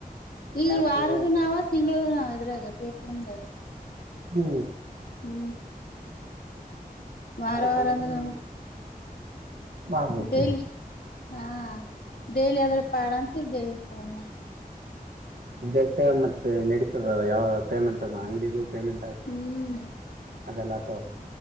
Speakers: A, on the left (about 80°); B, on the right (about 70°).
A: ಈಗ
B: ಕ್ಯಾಶು
A: ವಾರದ ನಾವ ತಿಂಗಳದು ನಾವ ಇದ್ರಾಗ ಪೇಟಿ ಎಮ್ದಾಗ
B: ಹೂ
A: ಹೂ ವಾರ
B: ಮಾರಕಂದ್ರೆ
A: ವಾರ ಅಂದ್ರ
B: ಮಾಡ್ಬೋದು
A: ಡೇಲಿ ಹಾ ಡೈಲಿ ಆದ್ರೆ ಪಾಡ ಅಂತೀರ್ ಡೈಲಿ ತೊಗೊಂಡ
B: ಬಕ ಮತ್ತೆ ನಡೀತದ ಯಾವ ಪೇಮೆಂಟ್ ಆಂಗ್ಡಿಡು ಪೇಮೆಂಟ್
A: ಹ್ಮ್
B: ಅದೆಲ್ಲ ತಗಲ್ಲ